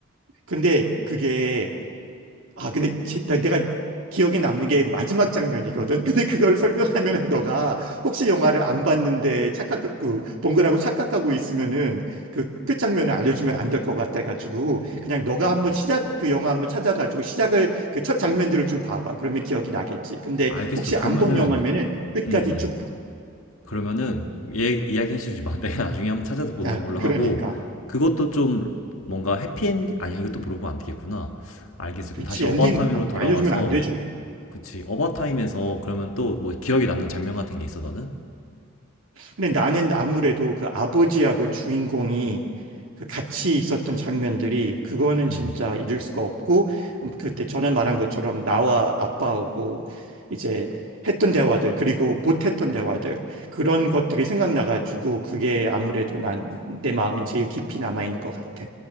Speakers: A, on the right (about 75°); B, on the left (about 85°).
A: 근데 그게 아, 근데 제- 나- 내가 기억에 남는 게 마지막 장면이거든. 근데 그걸 설명하면은 너가 혹시 영화를 안 봤는데 착각, 그, 본 거라고 착각하고 있으면은 그 끝 장면을 알려주면 안 될 것 같아가지고 그냥 너가 한번 시작, 그 영화 한번 찾아가지고 시작을 그 첫 장면들을 좀 봐봐. 그러면 기억이 나겠지. 근데
B: 알겠어.
A: 혹시
B: 그러면은
A: 안 본 영화면은 끝까지
B: 음, 음.
A: 쭉 봐.
B: 그러면은 얘 이야기 해주지 마. <laughs> 내가 나중에 한번 찾아서 보는
A: 아,
B: 걸로
A: 그러니까.
B: 하고 그것도 좀 뭔가 해피엔딩 아니야 이것도 물어보면 안 되겠구나. 알겠어.
A: 그치,
B: 그럼 다시
A: 엔딩
B: 어바타임으로
A: 아,
B: 돌아와서
A: 알려주면 안 되지.
B: 그치 어바타임에서 그러면 또 뭐 기억에 남는 장면 같은 게 있어 너는?
A: 근데 나는 아무래도 그 아버지하고 주인공이 그 같이 있었던 장면들이 그거는
B: 음.
A: 진짜 잊을 수가 없고 음, 그때 전에 말한 것처럼 나와 아빠하고 이제 했던 대화들 그리고 못했던 대화들 그런 것들이 생각나가지고 그게 아무래도 난 내 마음엔 제일 깊이 남아있는 것 같아.